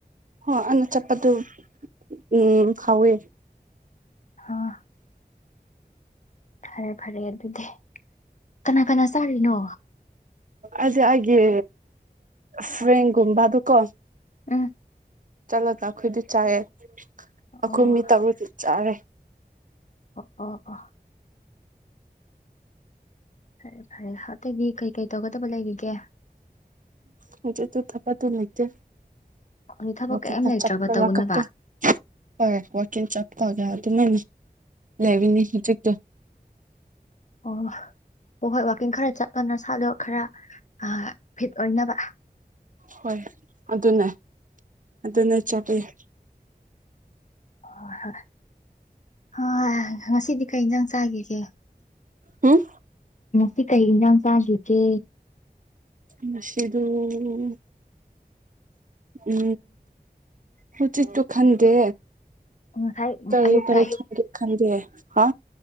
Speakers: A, on the right; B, on the left.
A: ꯍ ꯑꯅ ꯆꯠꯄꯗꯨ ꯎꯝ ꯍꯥꯎꯋꯦ
B: ꯑꯥ ꯐꯔꯦ ꯐꯔꯦ ꯑꯗꯨꯗꯤ ꯀꯅꯥ ꯀꯅꯥ ꯆꯥꯔꯤꯅꯣ
A: ꯑꯗ ꯍꯥꯏꯦ ꯐ꯭ꯔꯦꯡꯒꯕ ꯑꯗꯨ ꯀꯣ
B: ꯑ
A: ꯆꯠꯂꯒ ꯑꯩꯈꯣꯏꯗꯤ ꯆꯥꯏꯑꯦ
B: ꯑꯣ
A: ꯑꯩꯈꯣꯏ ꯃꯤ ꯇꯔꯨꯗꯤ ꯆꯥꯔꯦ
B: ꯑꯄꯥ ꯑꯄ ꯐꯔꯦ ꯐꯔꯦ ꯑꯇꯩꯗꯤ ꯀꯩꯀꯩ ꯇꯧꯒꯗꯕ ꯂꯩꯈꯤꯒꯦ
A: ꯍꯧꯆꯦ ꯇꯨ ꯊꯄ ꯇꯨ ꯂꯩꯆꯦ
B: ꯍꯧꯖꯤꯛ ꯊꯕꯛ ꯀꯩꯝ
A: ꯀꯇ
B: ꯂꯩꯇ꯭ꯔꯕ
A: ꯆꯞꯄꯜ
B: ꯇꯧꯅꯕ
A: ꯂ ꯀꯀꯣ ꯍꯣꯏꯦ ꯋꯥꯛꯀꯤꯡ ꯆꯠꯄꯒ ꯑꯗꯨꯃꯥꯏꯅ ꯂꯩꯕꯤꯅꯤ ꯍꯧꯖꯤꯛꯇꯣ
B: ꯑꯣ ꯍ ꯍꯣꯏ ꯋꯥꯛꯀꯤꯡ ꯈꯔ ꯆꯠꯂꯅ ꯁꯥꯠꯂꯣ ꯈꯔ ꯑ ꯐꯤꯠ ꯑꯣꯏꯅꯕ
A: ꯍꯣꯏ ꯑꯗꯨꯅꯦ ꯑꯗꯨꯅꯦ ꯆꯥꯕꯤꯨ
B: ꯍ ꯍꯣꯏ ꯍꯣꯏ ꯉꯁꯤꯗꯤ ꯀꯩ ꯏꯟꯖꯥꯡ ꯆꯥꯈꯤꯒꯦ
A: ꯎꯝ
B: ꯗꯤ ꯀꯩ ꯏꯖ ꯌꯥꯝ ꯁꯥꯁꯤ ꯂꯤꯇꯦ
A: ꯃꯁꯤꯗꯨ ꯎꯝ ꯎ ꯎꯆꯖꯤꯤꯠꯇꯨ ꯈꯟꯗꯦ
B: ꯉꯁꯥꯏ
A: ꯇꯔ
B: ꯑꯌꯨꯛꯇ
A: ꯇꯔꯦ ꯊꯗꯤ ꯈꯟꯗ ꯍꯥ